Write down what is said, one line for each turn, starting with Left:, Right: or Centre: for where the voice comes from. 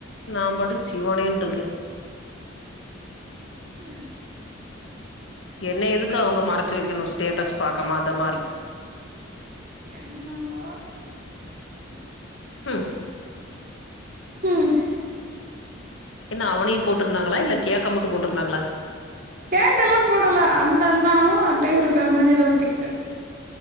Left: நாம் பாட்டுக் சிவனேன் இருக்கு
Right: ம்
Left: என்ன எதுக்கு அவங்க மறச்சு வெக்கணு ஸ்டேட்டஸ் பாக்காத மாரி
Right: என்னவோ <unintelligible>
Left: ம்
Right: ம்
Left: என்ன அவனையு போட்டுருந்தாங்களா இல்ல கேக்க மட்டு போட்டுருந்தாங்களா
Right: கேக்கல்லா போடல அந்த அண்ணாவு அத்தையு இருக்கற மாரி எதோ ஒரு பிக்சர்